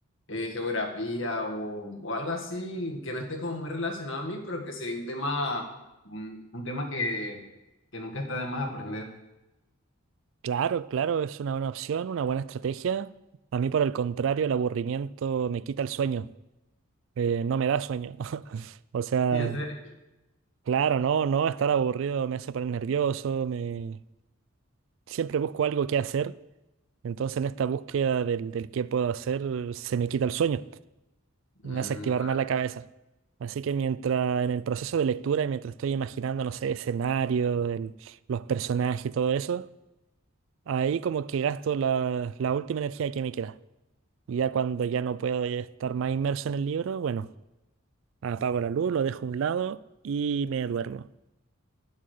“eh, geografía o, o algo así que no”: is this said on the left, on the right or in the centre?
Left